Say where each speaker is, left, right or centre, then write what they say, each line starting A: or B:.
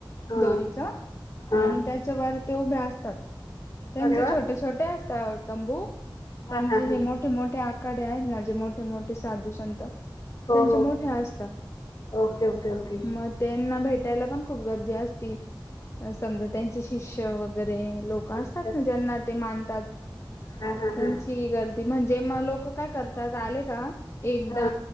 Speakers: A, on the left; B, on the left.
A: हा
B: दोरीच, आणि
A: हा
B: त्याच्यावर ते उभे असतात, त्यांचे
A: अरे वा
B: छोटे छोटे असतात तंबू, पण
A: हा हा
B: जे हे
A: हा
B: मोठे मोठे आखाडे आहेत ना, जे मोठे मोठे साधू संत,
A: हो
B: यांचे
A: हो
B: मोठे असतात,
A: ओके ओके ओके
B: म त्यांना भेटायला पण खूप गर्दी असती, समजा त्यांच्या शी शिष्य वगैरे लोक असतात
A: अच्छा
B: ना, ज्यांना ते मानतात,
A: हा हा
B: त्यांन
A: हा
B: ची गर्दी, म्हणजे मग लोक काय करतात, आले का? एकदा
A: हा